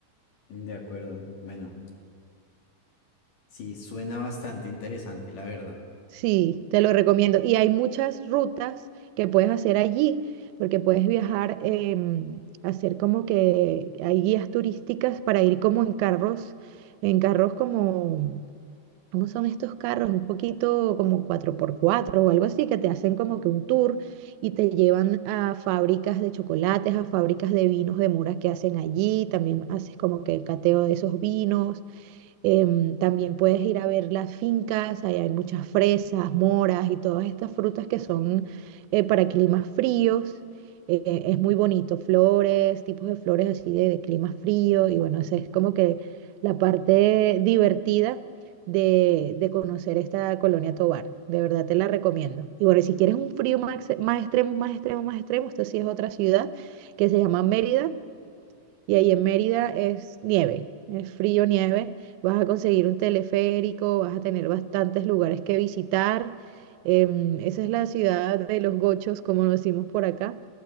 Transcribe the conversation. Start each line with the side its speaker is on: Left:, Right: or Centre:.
Left: de acuerdo. Bueno. Sí, suena bastante interesante, la verdad.
Right: Sí, te lo recomiendo. Y hay muchas rutas que puedes hacer allí, porque puedes viajar, em, hacer como que hay guías turísticas para ir como en carros, en carros como ¿Cómo son estos carros? Un poquito como cuatro por cuatro o algo así, que te hacen como que un tour y te llevan a fábricas de chocolates, a fábricas de vinos de muras que hacen allí. También haces como que el cateo de esos vinos. Em, también puedes ir a ver las fincas, ahí hay muchas fresas, moras y todas estas frutas que son eh, para climas fríos. Eh, es muy bonito, flores, tipos de flores así de, de clima frío y bueno, esa es como que la parte divertida de, de conocer esta colonia Tovar. De verdad te la recomiendo. Y bueno, si quieres un frío más, ex- más extremo, más extremo, más extremo, esto sí es otra ciudad que se llama Mérida. Y ahí en Mérida es nieve, es frío nieve. Vas a conseguir un teleférico, vas a tener bastantes lugares que visitar. Em, esa es la ciudad de los gochos, como lo decimos por acá.